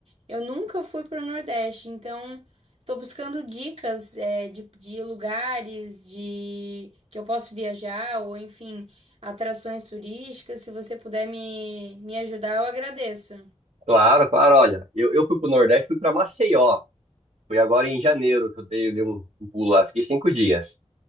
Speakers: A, on the right; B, on the right.
A: Eu nunca fui para o Nordeste, então tô buscando dicas, é, de, de lugares de que eu posso viajar, ou enfim, atrações turísticas. Se você puder me, me ajudar, eu agradeço.
B: Claro, claro, olha, eu, eu fui pro Nordeste, fui pra Maceió, fui agora em janeiro que eu dei, dei um, um pulo lá, fiquei cinco dias.